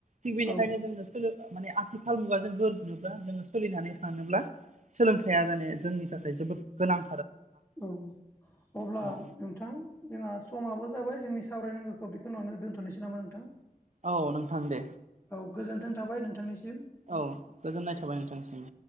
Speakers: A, on the right; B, on the left.
A: थिग बेनिखायनो
B: औ
A: जोंनो स माने आथिखाल मुगाजों गोरोबनोब्ला जोङो सोलिनानै थानोब्ला सोलोंथाइया जाने जोंनि थाखाय जोबोद गोनां
B: औ अब्ला
A: औ
B: नोंथां जोंहा समाबो जाबाय जोंनि सावरायनांगौखौ बेखौ नावनो दोनथनोसै नामा नोंथां
A: औ नोंथां दे
B: औ गोजोन्थों थाबाय नोंथांनि
A: औ गोजोननाय थाबाय नोंथांनिसिम